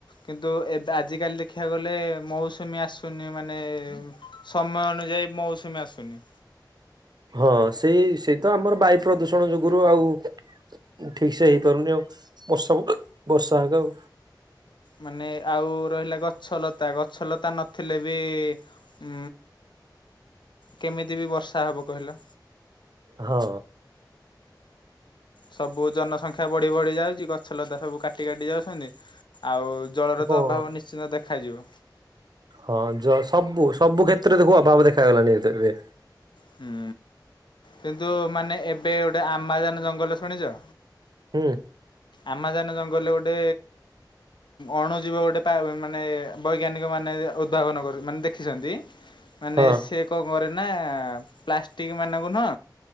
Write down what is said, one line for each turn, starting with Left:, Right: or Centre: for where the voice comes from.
Left: କିନ୍ତୁ ଏବେ ଆଜିିକାଲି ଦେଖିବାକୁ ଗଲେ ମୌସୁମୀ ଆସୁନି ମାନେ ସମୟ ଅନୁଯା ଯାଇ ମୌସୁମୀ ଆସୁନି।
Right: ହଁ ସେଇ ସେଇ ତ ଆମର ବାୟୁ ପ୍ରଦୂଷଣ ଯୋଗୁରୁ ଆଉ ଠିକ ସେ ହେଇପାରୁନି ଆଉ ବର୍ଷା ବର୍ଷା ହେକାଆଉ
Left: ମାନେ ଆଉ ରହିଲା ଗଛଲତା ଗଛଲତା ନଥିଲେ ବି ଉ କେମିତି ବି ବର୍ଷା ହବ କହିଲ
Right: ହଁ
Left: ସବୁ ଜନସଂଖ୍ୟା ବଢି ବଢି ଯାଉଛି ଗଛ ଲତା ସବୁ କାଟି କାଟି ଯାଉଛନ୍ତି। ଆଉ ଜଳର
Right: ଆଉ କଣ
Left: ତ ଅଭାବ ନିଶ୍ଚିନ୍ତ ଦେଖାଯିବ।
Right: ହଁ ଯ ସବୁ ସବୁ କ୍ଷେତ୍ରରେ ଦେଖୁ ଅଭାବ ଦେଖାଗଲାଣିି ଏବେ।
Left: ହୁଁ କିନ୍ତୁ ମାନେ ଏବେ ଗୋଟେ ଆମାଜାନ ଜଙ୍ଗଲ ଶୁଣିଛ।
Right: ହୁଁ
Left: ଆମାଜାନ ଜଙ୍ଗଲରେ ଗୋଟେ ଅଣୁ ଜୀବ ଗୋଟେ ମାନେ ବୈଜ୍ଞାନିକ ମାନ ମାନେ ଉଦ୍ଭାବନ କ ମାନେ ଦେଖିଛନ୍ତି। ମାନେ
Right: ହଁ
Left: ସେ କଣ କରେନା ପ୍ଲାଷ୍ଟିକ ମାନଙ୍କୁ ନୁହ